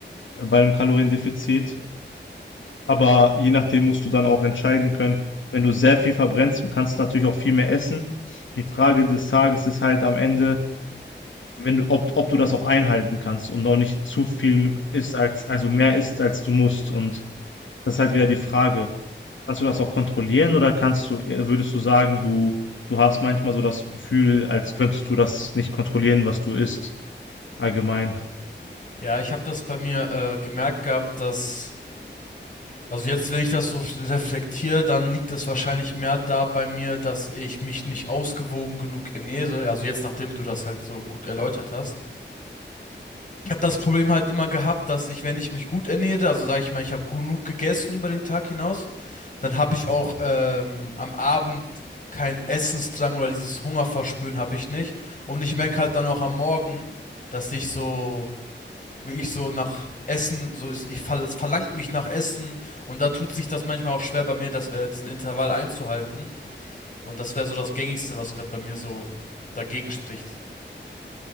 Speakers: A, on the left; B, on the left.
A: bei einem Kaloriendefizit. Aber je nachdem musst du dann auch entscheiden können. Wenn du sehr viel verbrennst, du kannst du natürlich auch viel mehr essen. Die Frage des Tages ist halt am Ende, wenn du, ob, ob du das auch einhalten kannst und auch nicht zu viel isst als, also mehr isst als du musst. Und das ist halt wieder die Frage. Kannst du das auch kontrollieren oder kannst du, äh, würdest du sagen, du, du hast manchmal so das Gefühl, als könntest du das nicht kontrollieren, was du isst? Allgemein.
B: Ja, ich habe das bei mir äh, gemerkt gehabt, dass, also jetzt, wenn ich das so reflektiere, dann liegt das wahrscheinlich mehr da bei mir, dass ich mich nicht ausgewogen genug ernähre. Also jetzt, nachdem du das halt so gut erläutert hast. Ich habe das Problem halt immer gehabt, dass ich, wenn ich mich gut ernähre, also sage ich mal, ich habe genug gegessen über den Tag hinaus, dann habe ich auch ähm, am Abend keinen Essensdrang oder dieses Hungerverspüren habe ich nicht. Und ich merke halt dann auch am Morgen, dass ich so wie ich so nach Essen, so ist, ich fall, es verlangt mich nach Essen und da tut sich das manchmal auch schwer bei mir, das, äh, diesen Intervall einzuhalten. Und das wäre so das Gängigste, was gerade bei mir so dagegen spricht.